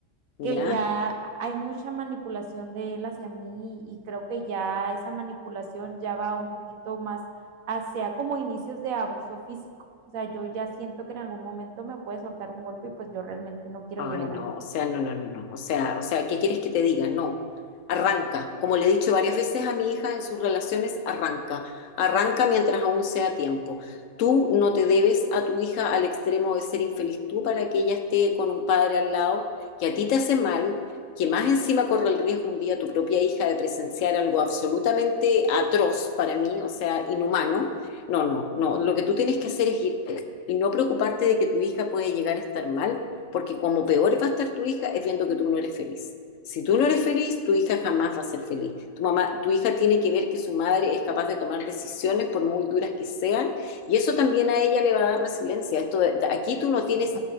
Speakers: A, on the left; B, on the right.
A: ya.
B: que ya hay mucha manipulación de él hacia mí y creo que ya esa manipulación ya va un poquito más hacia como inicios de abuso físico. O sea, yo ya siento que en algún momento me puede soltar un golpe y pues yo realmente no quiero
A: Ay,
B: llegar
A: no,
B: a eso.
A: o sea, no, no, no, no. O sea, o sea, ¿qué quieres que te diga? No. Arranca. Como le he dicho varias veces a mi hija en sus relaciones, arranca. Arranca mientras aún sea tiempo. Tú no te debes a tu hija al extremo de ser infeliz tú para que ella esté con un padre al lado que a ti te hace mal, que más encima corre el riesgo un día tu propia hija de presenciar algo absolutamente atroz para mí, o sea, inhumano. No, no, no. Lo que tú tienes que hacer es irte y no preocuparte de que tu hija puede llegar a estar mal porque como peor va a estar tu hija es viendo que tú no eres feliz. Si tú no eres feliz, tu hija jamás va a ser feliz. Tu mamá, tu hija tiene que ver que su madre es capaz de tomar decisiones por muy duras que sean, y eso también a ella le va a dar resiliencia. Esto de- aquí tú no tienes